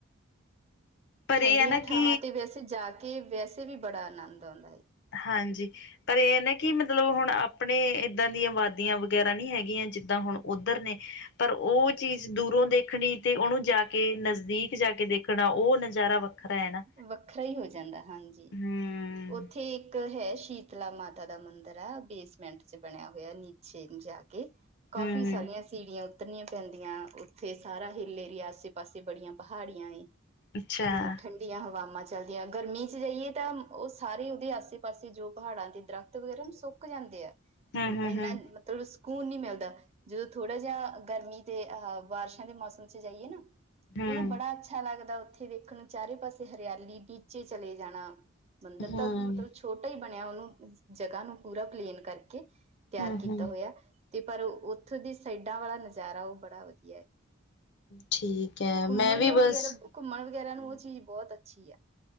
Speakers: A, on the left (about 55°); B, on the right (about 30°).
A: ਪਰ
B: ਠੰਡੀਆਂ
A: ਇਹ ਹੈ ਨਾ
B: ਥਾਵਾਂ
A: ਕਿ
B: ਤੇ ਵੈਸੇ ਜਾ ਕੇ ਵੈਸੇ ਵੀ ਬੜਾ ਆਨੰਦ ਆਉਂਦਾ ਹੈ।
A: ਹਾਂਜੀ। ਪਰ ਇਹ ਨਾ ਕਿ ਮਤਲਬ ਹੁਣ ਆਪਣੇ ਇੱਦਾਂ ਦੀਆਂ ਵਾਦੀਆਂ ਵਗੈਰਾ ਨਹੀਂ ਹੈਗੀਆਂ ਜਿੱਦਾਂ ਹੁਣ ਉੱਧਰ ਨੇ। ਪਰ ਉਹ ਚੀਜ਼ ਦੂਰੋਂ ਦੇਖਣੀ ਤੇ ਉਹਨੂੰ ਜਾ ਕੇ ਨਜ਼ਦੀਕ ਜਾ ਕੇ ਦੇਖਣ। ਤਾਂ ਉਹ ਨਜ਼ਾਰਾ ਵੱਖਰਾ ਹੈ। ਨਾ
B: ਵੱਖਰਾ ਹੀ ਹੋ ਜਾਂਦਾ ਹੈ ਹਾਂਜੀ।
A: ਹਮ
B: ਉੱਥੇ ਇੱਕ ਹੈ। ਸ਼ੀਤਲਾ ਮਾਤਾ ਦਾ ਮੰਦਿਰ ਆ ਬੇਸਮੈਂਟ 'ਚ ਬਣਿਆ ਹੋਇਆ ਨੀਚੇ ਜਾ ਕੇ। ਕੇ ਕਾਫੀ
A: ਹਮ
B: ਸਾਰੀਆਂ
A: ਹਮ
B: ਸੀੜੀਆਂ। ਉੱਤਰਨੀਆ ਪੈਂਦੀਆਂ ਉੱਥੇ ਸਾਰਾ ਹਿੱਲ ਏਰੀਏ ਆਸੇ ਪਾਸੇ ਬੜੀਆਂ ਪਹਾੜੀਆਂ ਏ।
A: ਅੱਛਾ‌
B: ਤੇ ਠੰਡੀਆਂ ਹਵਾਵਾਂ ਚੱਲਦੀਆਂ ਗਰਮੀ 'ਚ ਜਾਈਏ ਤਾਂ ਉਹ ਸਾਰੇ ਉਹਦੇ ਆਸੇ ਪਾਸੇ ਜੋ ਪਹਾੜਾਂ ਦੇ ਦਰਖਤ। ਵਗੈਰਾ ਸੁੱਕ ਜਾਂਦੇ ਆ
A: ਹਮ ਹਮ
B: ਇੰਨਾ
A: ਹਮ
B: ਮਤਲਬ ਸਕੂਨ ਨੀ ਮਿਲਦਾ। ਜਦੋਂ ਥੋੜਾ ਜਿਹਾ ਗਰਮੀ ਤੇ ਅਹ ਬਾਰਿਸ਼ਾਂ ਦੇ ਮੌਸਮ 'ਚ ਜਾਈਏ ਨਾ।
A: ਹਮ
B: ਉਹਦੋਂ ਬੜਾ ਅੱਛਾ ਲੱਗਦਾ ਉੱਥੇ ਦੇਖਣ ਨੂੰ ਚਾਰੇ ਪਾਸੇ ਹਰਿਆਲੀ ਨੀਚੇ ਚਲੇ ਜਾਣਾ। ਮੰਦਿਰ
A: ਹਮ
B: ਤਾਂ ਮਤਲਬ ਛੋਟਾ ਹੀ ਬਣਿਆ ਉਹਨੂੰ ਜਗ੍ਹਾ ਨੂੰ ਪੂਰਾ ਪਲੇਨ ਕਰਕੇ। ਤਿਆਰ
A: ਹਮ
B: ਕੀਤਾ
A: ਹਮ
B: ਹੋਇਆ ਤੇ ਪਰ ਉੱਥੋਂ ਦੀ ਸਾਈਡਾਂ ਵਾਲਾ ਨਜ਼ਾਰਾ ਉਹ ਬੜਾ ਵਧੀਆ ਹੈ।
A: ਠੀਕ ਹੈ ਮੈਂ
B: ਘੁੰਮਣ
A: ਵੀ
B: ਨੂੰ ਵਗੈਰਾ
A: ਬਸ।
B: ਘੁੰਮਣ ਵਗੈਰਾ ਨੂੰ
A: ਹੂੰ
B: ਉਹ ਚੀਜ਼ ਬਹੁਤ ਅੱਛੀ ਹੈ।